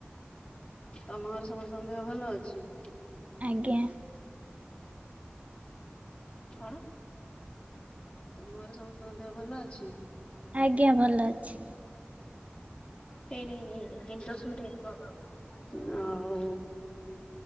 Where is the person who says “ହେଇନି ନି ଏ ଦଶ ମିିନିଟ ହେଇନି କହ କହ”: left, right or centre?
Left